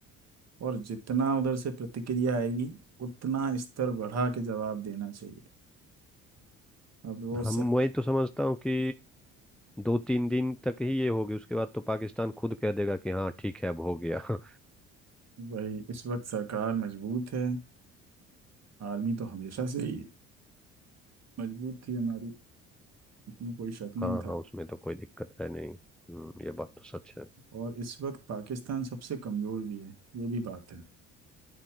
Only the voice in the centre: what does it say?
हम
वही तो समझता हूँ कि दो तीन दिन तक ही ये होगी उसके बाद तो पाकिस्तान खुद कह देगा कि हाँ ठीक है अब हो गया <laughs>
हाँ
हाँ उसमें तो कोई दिक्कत है नहीं हम्म, ये बात तो सच है